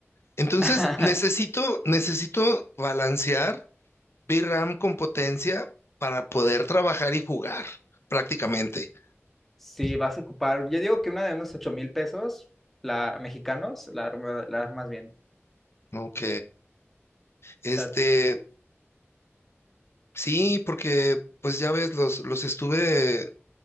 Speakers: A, on the left (about 60°); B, in the centre.
A: Entonces,
B: <laughs>
A: necesito, necesito balancear VRAM con potencia para poder trabajar y jugar, prácticamente.
B: si vas a ocupar, yo digo que una de unos 8 mil pesos, la mexicanos, la, arma- la armas bien.
A: ¿no? Ok. Este,
B: O sea,
A: sí, porque pues ya ves, los, los estuve,